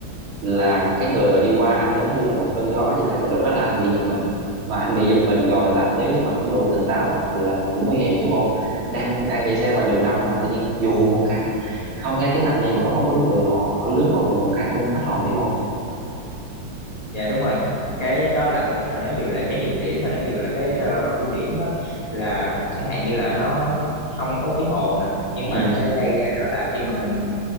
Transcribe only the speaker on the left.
Dạ đúng rồi. Cái đó là kiểu là nó vừa là cái nhược điểm mà nó vừa là cái ờ, ưu điểm á là chẳng hạn như là nó không có tiếng ồn nè, nhưng
mà nó sẽ gây ra đó là khi mà mình